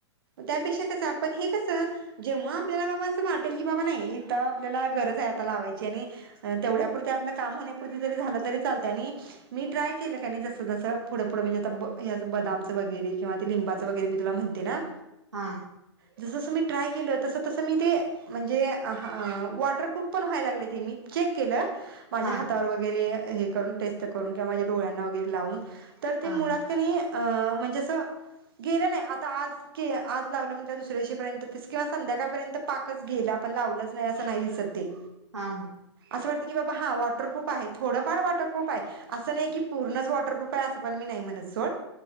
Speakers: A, on the right (about 50°); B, on the right (about 75°).
A: त्यापेक्षा कस आपण हे कसं जेव्हा आपल्याला बाबा असं वाटेल की बाबा नाही इथं आपल्याला गरज हाय आता लावायची आणि अ तेवढ्या पुरत आपलं काम होण्यापुरत जरी झालं तरी चालत आणि मी ट्रायं केलं कां नाहीं जसं जसं पुढं पुढं म्हणजे आंता बदांमचं वगैरें किंवा ते लिंबाचं वगैरें मी तुलां म्हणते नां.
B: हां.
A: जसं जसं मी ट्रायं केलं तसं तसं मी ते. म्हणजे वॉटरप्रुफ पणं व्हांयला लागले ते मी चेक केलं. माझ्यां
B: हा
A: हातांवर वगैरें हे करूंन टेस्ट करूंन किंवा माझ्यां डोळ्यांना वगैरें लावूंन. तरं
B: हा
A: ते मुळांत की अं म्हणजे असं गेलं नाहीं आंता आंज के आंज लावलं म्हटलं दुसऱ्यां पर्यंत संध्याकाळंपर्यंत पाकचं गेलां आपणं नाहीं असं नाहीं दिसतं ते.
B: हां हां.
A: असं वाटतं की बाबां हां वॉटरप्रूफ आहे थोडंफार वॉटरप्रूफ आहे. असं नाहीं की पूर्णचं वॉटरप्रूफ आहे असं पणं मी नाहीं म्हणतं सोडं.